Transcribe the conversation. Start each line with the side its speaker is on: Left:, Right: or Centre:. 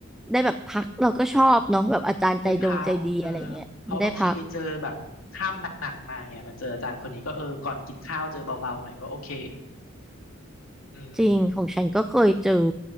Centre: ได้แบบพักเราก็ชอบเนาะแบบอาจารย์ใจดงใจดีอะไรเงี้ยได้พัก
Left: ได้พักเออเพราะบางทีไปเจอแบบคาบหนักๆมาไงมาเจออาจารย์คนนี้ก็เออก่อนกินข้าวเจอเบาๆหน่อยก็โอเคอืม
Centre: จริงของฉันก็เคยเจอ